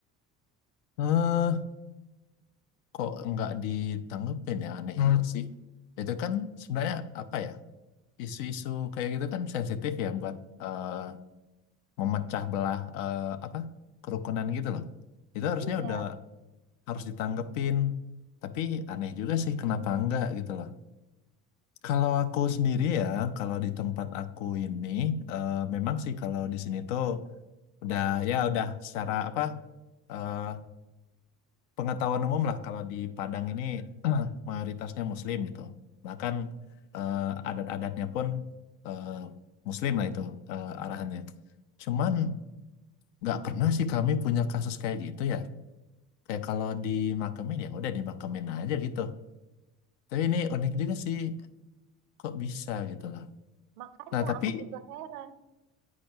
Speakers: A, on the left; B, on the right.
A: Eh, kok nggak ditanggepin ya? Aneh Hmm. juga sih. Itu kan sebenarnya apa ya? Isu-isu kayak gitu kan sensitif ya buat eh, memecah belah eh, apa kerukunan gitu loh. Itu harusnya
B: Iya,
A: udah harus ditanggepin. Tapi aneh juga sih kenapa enggak gitu loh. Kalau aku sendiri ya, kalau di tempat aku ini, eh, memang sih kalau di sini tuh udah ya udah secara apa eh, pengetahuan umum lah kalau di Padang ini <clears throat> mayoritasnya Muslim gitu bahkan eh, adat-adatnya pun eh, Muslim lah itu eh, arahannya cuman nggak pernah sih kami punya kasus kayak gitu ya kayak kalau dimakamin ya udah dimakamin aja gitu tapi ini unik juga sih kok bisa gitu loh
B: makanya
A: nah tapi
B: aku juga heran.